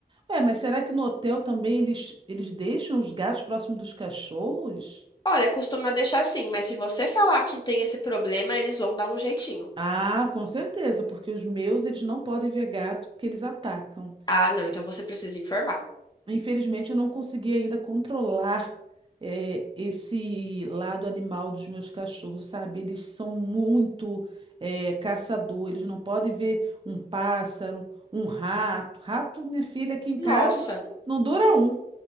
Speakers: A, on the right; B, on the left.
A: Ué, mas será que no hotel também eles, eles deixam os gatos próximo dos cachorros?
B: Olha, costuma
A: Co-
B: deixar assim, mas se você falar que tem esse problema, eles vão dar um jeitinho.
A: Ah, com certeza, porque os meus, eles não podem ver gato que eles atacam.
B: Ah, não, então você precisa informar.
A: Infelizmente, eu não consegui ainda controlar eh, esse lado animal dos meus cachorros, sabe? Eles são muito eh, caçador, eles não podem ver um pássaro, um rato. Rato, minha filha, aqui em
B: Nossa,
A: casa, hum, não dura um.